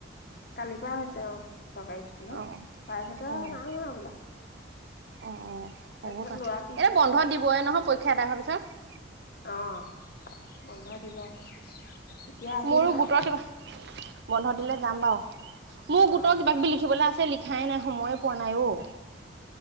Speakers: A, on the left; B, on the right.
A: কালিৰ পৰা হৈছে অ, চৰকাৰী স্কুলত,
B: অ'
A: প্ৰাইভেটৰ
B: অ'
A: নাই হোৱা হ'বলা।
B: অ, অ,
A: তাৰপিছত
B: হব পাৰে।
A: ল'ৰা পিছবেলা
B: এ, বন্ধ
A: আছে
B: দিবইে নহয়, পৰীক্ষা এদাই হোৱাৰ পিছত।
A: অঁ, বন্ধ দিব। তেতিয়া আহিবা
B: মোৰো গোটৰ কিবা, বন্ধ দিলে যাম বাৰু! মোৰ
A: অ
B: গোটৰ কিবা-কিবি লিখিবলৈ আছে। লিখাই নাই, সময়েই পোৱা নাই অ'।